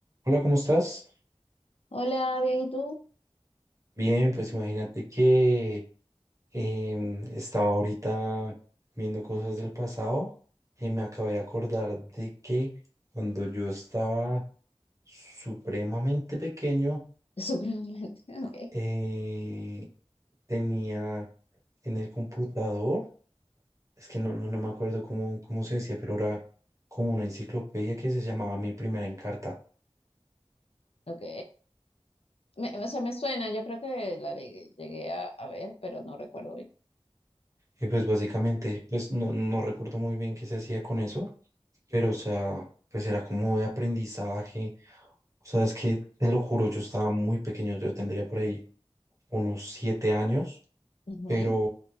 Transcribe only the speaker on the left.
Hola, bien, ¿y tú?
<laughs> Supremamente. Ok,
ok. Me, o sea, me suena, yo creo que la llegué, llegué a, a ver, pero no recuerdo bien.
Ujú.